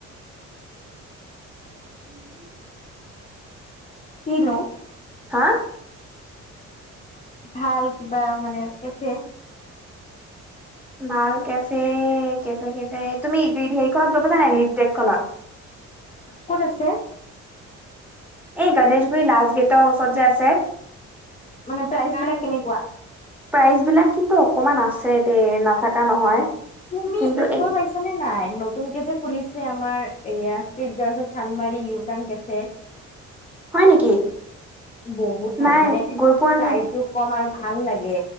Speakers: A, in the centre; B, on the left.
A: <inaudible>
B: কিনো
A: হা?
B: ভাল কিবা মানে কেফে
A: ভাল কেফে কেব কে তুমি। সেই খনত গৈ পাইছানে নাই লিপ ডেকখননক
B: ক'ত আছে।
A: এই গনেশগুৰি লাষ্ট গেটৰ ওচৰত যে আছে।
B: মানে প্ৰাইচ বিলাক কেনেকুৱা
A: প্ৰাইজ বিলাক কিন্তু অকমান আছে দেই নাথকা নহয়।
B: তুমি
A: কিন্তু
B: এইখন
A: এ
B: পাৰিছা নে নাই নতুন কে খুলিছে আাৰ এই জ চানমাৰী ইউ টাৰ্ণ কেফে
A: হয় নেকি?
B: বহুত ভাল
A: নাই
B: মানে
A: গৈ পোৱা
B: প্ৰাইজটো
A: নাই
B: কম আৰু ভাল লাগে